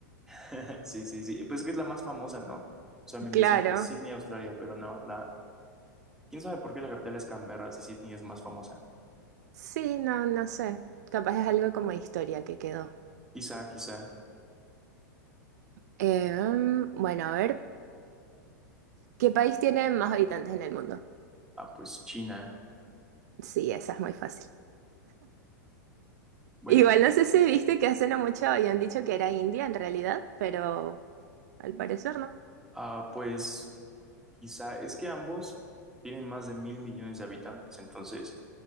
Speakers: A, in the centre; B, on the right.
A: <laughs> Sí, sí, sí. Pues es que es la más famosa, ¿no? Usualmente
B: Claro.
A: siempre es Sydney, Australia, pero no, la... ¿Quién sabe por qué la capital es Canberra si Sydney es más famosa?
B: Sí, no, no sé. Capaz es algo como de historia que quedó.
A: Quizá, quizá.
B: Eh, mm, bueno, a ver, ¿qué país tiene más habitantes en el mundo?
A: Ah, pues China.
B: Sí, esa es muy fácil.
A: Bueno,
B: Igual no sé si viste que hace no mucho habían dicho que era India en realidad, pero al parecer no.
A: ah, pues quizá. Es que ambos tienen más de mil millones de habitantes, entonces,